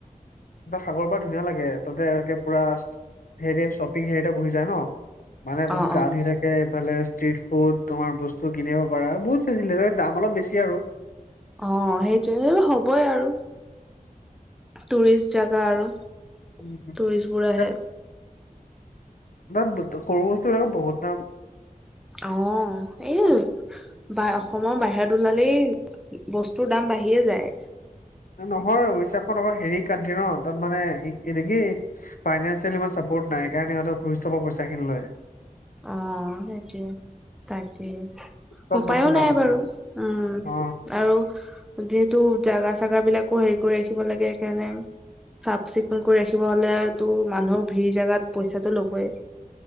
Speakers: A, on the left; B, in the centre.
A: সাগৰ পাৰ ধুনীয়া লাগে, তহঁতে একে পুৰা হেৰি শ্বপিং হেৰিতে বহি যায় ন'। মানে
B: অ
A: গা
B: অ
A: ধুই থাকে, এইফালে ষ্ট্ৰিট ফুড, তোমাৰ বস্তু তো কিনিব পাৰা, বহুত ফেচিলিটী, দাম অলপ বেছি আৰু।
B: অ' সেইটোয়ে, সে হ'বই আৰু টুৰিষ্ট জাগা আৰু।
A: <unintelligible>
B: টুৰিষ্ট বোৰ আহে
A: তাত সৰু বস্তুবিলাকে বহুত দাম।
B: অ' <unintelligible> বা অসমৰ বাহিৰত ওলালেই বস্তুৰ দাম বাঢ়িয়ে যায়।
A: নহয় উৰিষ্যাখন আকৌ হেৰি কাণ্ট্ৰি ন' তাত মানে নেকি ফাইনেনচিয়েল ইমান চাপৰ্ট নাই কাৰনে সিহঁতে টুৰিষ্টৰপৰা পইচাখিনি লয়।
B: অ' সেইটোৱে, তাকে।
A: চব
B: উপায়ো
A: বস্তুৰ
B: নাই
A: দাম আছে
B: বাৰু। উম,
A: অ
B: আৰু যিহেতু জাগা চাগাবিলাকো হেৰি কৰি ৰাখিব লাগে সেইকাৰণে চাফ চিকুণ কৰি ৰাখিব হ'লেতো মানুহৰ ভিৰ জেগাত পইচাটো ল'বই।